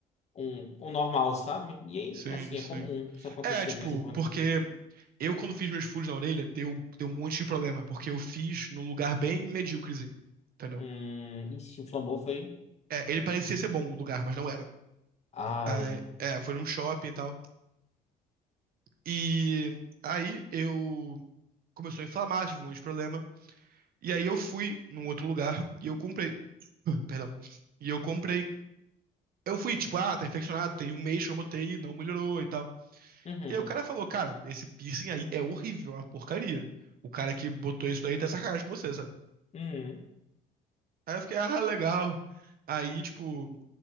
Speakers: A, on the left; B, on the right.
A: um, um normal, sabe? E aí,
B: Sim,
A: assim,
B: sim.
A: é comum isso acontecer
B: É, tipo,
A: de vez em quando.
B: porque eu quando fiz meus furos na orelha, deu, deu um monte de problema, porque eu fiz num lugar bem medíocrezinho, entendeu?
A: Hum, ixi, inflamou, foi.
B: É, ele parecia ser bom o lugar, mas não era.
A: Ai.
B: Ah, é, foi num shopping e tal. E aí eu começou a inflamar, tive um monte de problema. E aí eu fui num outro lugar e eu comprei. <laughs> <clears throat> Perdão. E eu comprei. Eu fui, tipo, ah, tá infeccionado, tem um mês que eu botei e não melhorou e tal.
A: Uhum,
B: E aí o cara falou, cara, esse piercing aí é horrível, é uma porcaria. O cara que botou isso daí tá de sacanagem com você, sabe?
A: uhum.
B: Aí eu fiquei, ah, legal. Aí, tipo,